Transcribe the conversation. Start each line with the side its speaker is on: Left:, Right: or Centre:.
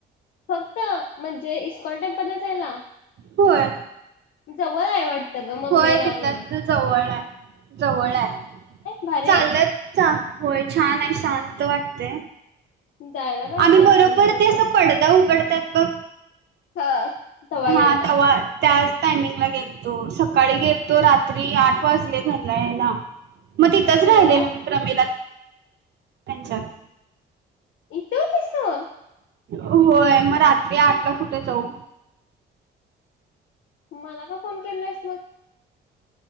Left: फक्त म्हणजे इस्कॉन टेम्पलच जायला?
Right: होय.
Left: जवळय वाटतं ग मग
Right: होय
Left: लई लांब
Right: तिथल्या
Left: नाही.
Right: तिथं जवळ आहे जवळ आहे
Left: भारी
Right: चालेत
Left: आहे
Right: होय छान आहे शांत वाटते.
Left: जायला पाहिजे
Right: आम्ही
Left: आपण
Right: बरोबर
Left: पण
Right: ते
Left: गं
Right: अस पडदा उघडतात बघ
Left: हा तवा
Right: हा
Left: गेलता
Right: तवा त्या टायमिंग ला गेलतो सकाळी गेलतो रात्री आठ वाजले घरला यायला मग तिथंच
Left: एवढा
Right: राहिलेल मी प्रमिला त्यांच्यात
Left: इथ होतिस तू
Right: होय मग रात्री आठ ला कुठ जाऊ
Left: मला का फोन केला आहेस मग